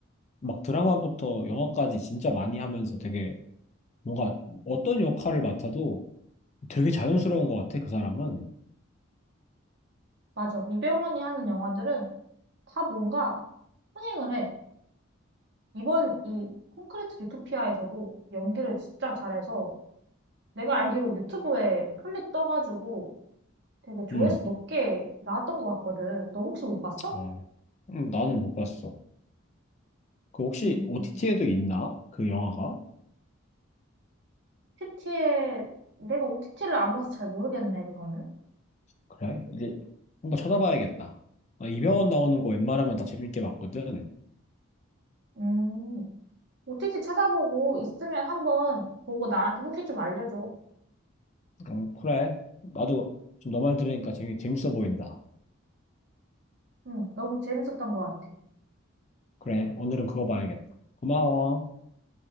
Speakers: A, on the left; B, on the right.
A: 막 드라마부터 영화까지 진짜 많이 하면서 되게 뭔가 어떤 역할을 맡아도 되게 자연스러운 것 같아, 그 사람은.
B: 맞아. 이병헌이 하는 영화들은 다 뭔가 흥행을 해. 이번 이 콘크리트 유토피아에서도 연기를 진짜 잘해서 내가 알기로 유튜브에 클립 떠가지고 되게 조회수
A: 음,
B: 높게 나왔던 것 같거든. 너 혹시 못 봤어?
A: 어, 음, 나는 못 봤어. 그 혹시
B: 음,
A: OTT에도 있나? 그 영화가?
B: OTT에, 내가 OTT를 안 봐서 잘 모르겠네, 그거는.
A: 그래? 이제 한번 찾아봐야겠다. 아, 이병헌 나오는 거 웬만하면 다 재밌게 봤거든.
B: 음, OTT 찾아보고 있으면 한번 보고 나한테 후기 좀 알려줘.
A: 음, 그래. 나도 지금 너 말 들으니까 재미, 재밌어 보인다.
B: 응, 너무 재밌었던 것 같아.
A: 그래. 오늘은 그거 봐야겠다. 고마워.